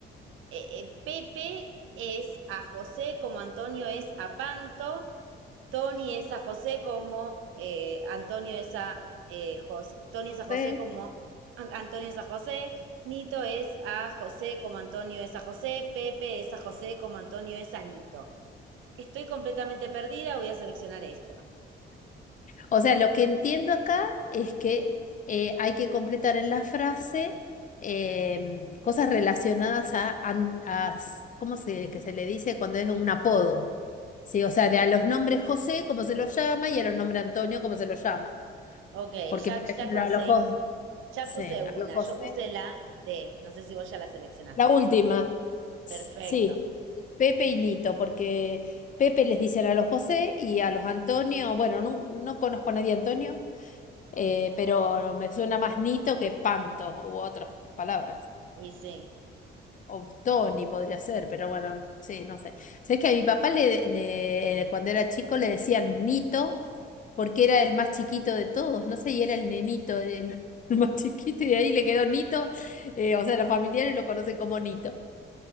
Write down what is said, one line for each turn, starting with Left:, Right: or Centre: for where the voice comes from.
Right: eh, eh, Pepe es a José como Antonio es a Panto. Tony es a José como eh, Antonio es a eh, Jos- Tony es a José
Left: sí.
Right: como Antonio es a José. Nito es a José como Antonio es a José. Pepe es a José como Antonio es a Nito. Estoy completamente perdida, voy a seleccionar esta.
Left: O sea, lo que entiendo acá es que eh, hay que completar en la frase em, cosas relacionadas a, an- a s- ¿cómo se, que se le dice cuando es un apodo? Sí, o sea, de a los nombres José, cómo se los llama, y a los nombres Antonio, cómo se los llama.
Right: Ok,
Left: Porque,
Right: ya,
Left: por
Right: ya
Left: ejemplo,
Right: conseguí,
Left: a los José,
Right: ya
Left: sí,
Right: puse una,
Left: a los José.
Right: yo puse la D, no sé si vos ya la seleccionaste.
Left: La última, s-
Right: Perfecto,
Left: sí. Pepe y Nito, porque Pepe les dicen a los José y a los Antonio, bueno, no, no conozco a nadie Antonio, eh, pero me suena más Nito que Panto u otras palabras.
Right: y sí,
Left: O Tony podría ser, pero bueno, sí, no sé. Sabes que a mi papá le, le- cuando era chico le decían Nito porque era el más chiquito de todos, no sé, y era el nenito, el, <laughs> el más chiquito, y de ahí le quedó Nito, eh, o sea, los familiares lo conocen como Nito,